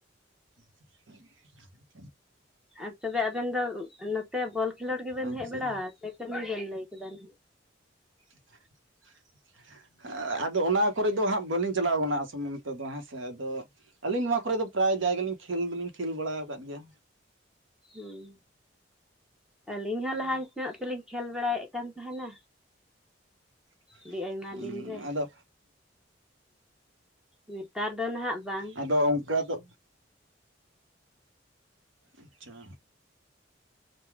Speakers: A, on the right; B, in the centre.
A: <inaudible>
B: ᱟᱨ ᱛᱚᱵᱮ ᱟᱵᱮᱱ ᱫᱚ ᱱᱚᱛᱮ ᱵᱚᱞ ᱠᱷᱮᱞᱳᱰ ᱜᱮᱵᱮᱱ
A: ᱟᱪᱪᱷᱟ
B: ᱦᱮᱡ ᱵᱟᱲᱟ-ᱟᱜ ᱥᱮ ᱠᱟᱹᱢᱤ ᱵᱮᱱ ᱞᱟᱹᱭ ᱠᱮᱫᱟ ᱱᱟᱦᱟᱜ
A: <inaudible> ᱟᱫᱚ ᱚᱱᱟ ᱠᱚᱨᱮ ᱫᱚ ᱦᱟᱸᱜ ᱵᱟᱹᱞᱤᱧ ᱪᱟᱞᱟᱣ ᱠᱟᱱᱟ ᱟᱥᱟᱢ ᱚᱱᱛᱮ ᱫᱚ ᱦᱮᱸ ᱥᱮ ᱟᱫᱚ ᱟᱹᱞᱤᱧ ᱱᱚᱣᱟ ᱠᱚᱨᱮ ᱫᱚ ᱯᱨᱟᱭ ᱡᱟᱭᱜᱟ ᱞᱤᱧ ᱠᱷᱮᱞ ᱫᱚᱞᱤᱧ ᱠᱷᱮᱞ ᱵᱟᱲᱟᱣ ᱟᱠᱟᱫ ᱜᱮᱭᱟ
B: ᱦᱩᱸ ᱟᱹᱞᱤᱧ ᱦᱚᱸ ᱞᱟᱦᱟ ᱧᱚᱜ ᱛᱮᱞᱤᱧ ᱠᱷᱮᱞ ᱵᱟᱲᱟᱭᱮᱫ ᱠᱟᱱ ᱛᱟᱦᱮᱱᱟ
A: <unintelligible>
B: ᱟᱹᱰᱤ ᱟᱭᱢᱟ ᱫᱤᱱ ᱨᱮ
A: ᱟᱫᱚ
B: ᱱᱮᱛᱟᱨ ᱫᱚ ᱱᱟᱦᱟᱜ ᱵᱟᱝ
A: ᱟᱫᱚ ᱚᱱᱠᱟ ᱫᱚ ᱟᱪᱪᱷᱟ